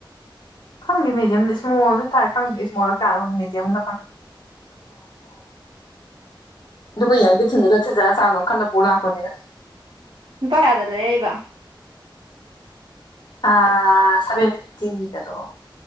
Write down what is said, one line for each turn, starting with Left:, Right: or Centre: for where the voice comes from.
Left: ꯈꯪꯗꯦ ꯃꯦꯗꯤꯌꯝꯔ ꯁ꯭ꯃꯣꯜꯁꯨ ꯊꯥꯢ ꯈꯪꯗꯦ ꯁ꯭ꯃꯣꯜ ꯀꯌꯥꯅꯣ ꯃꯦꯗ꯭ꯌꯝ <unintelligible> ꯑꯗꯨꯒ ꯌꯦꯡꯉꯗ ꯊꯤꯟ ꯊꯤꯟꯖꯔ ꯆꯥ ꯈꯜꯂ ꯄꯨ ꯂꯥꯄꯅꯤꯗ
Right: ꯂꯨꯄꯥ ꯀꯌꯥꯗ ꯂꯩꯔꯛꯏꯕ
Left: ꯑ ꯁꯚꯦꯟ ꯐꯤꯞꯇꯤꯗꯔꯣ